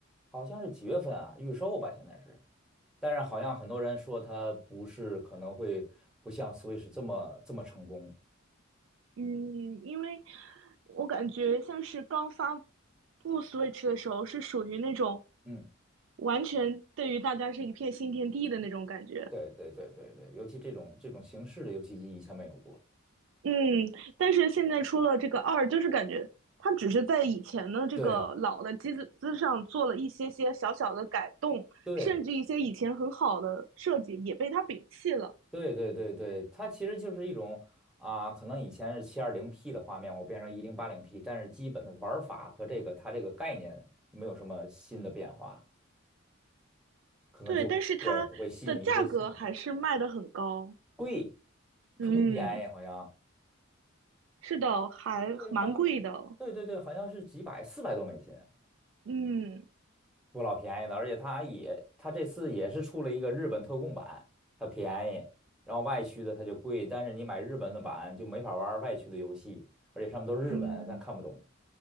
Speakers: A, in the centre; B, on the right (about 65°).
A: 好像是几月份啊？预售吧，现在是。但是好像很多人说它不是，可能会不像 Switch 这么这么成功。
B: 嗯，因为我感觉像是刚发布 Switch 的时候，是属于那种
A: 嗯，
B: 完全对于大家是一片新天地的那种感觉。
A: 对对对对对，尤其这种这种形式的游戏机以前没有过。
B: 嗯，但是现在出了这个二，就是感觉它只是在以前的这个老的机子之上做了一些些小小的改动，
A: 对对
B: 甚至一些以前很好的设计也被它摒弃了。
A: 对对对对，它其实就是一种啊、可能以前是 720P 的画面，我变成 1080P，但是基本的玩法和这个它这个概念没有什么新的变化，可能就对不会吸引一些新的人。
B: 对，但是它的价格还是卖得很高。
A: 贵，
B: 嗯，
A: 可不便宜，好像
B: 是的，还蛮贵的。
A: 对，好像对对对，好像是几百四百多美金。
B: 嗯。
A: 不老便宜的，而且它也，它这次也是出了一个日本特供版，它便宜，然后外区的它就贵，但是你买日本的版就没法玩外区的游戏，而且上面都是日文，
B: 嗯，
A: 咱看不懂。